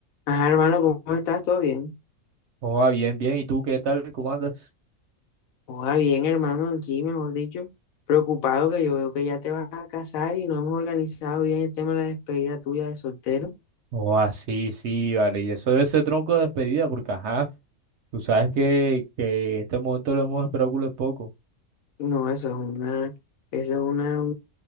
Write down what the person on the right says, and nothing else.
Joa, bien, bien. ¿Y tú qué tal? ¿Cómo andas?
Joa, sí, sí, vale. Y eso debe ser tronco de despedida, porque ajá, tú sabes que, que este momento lo hemos esperado culo de poco.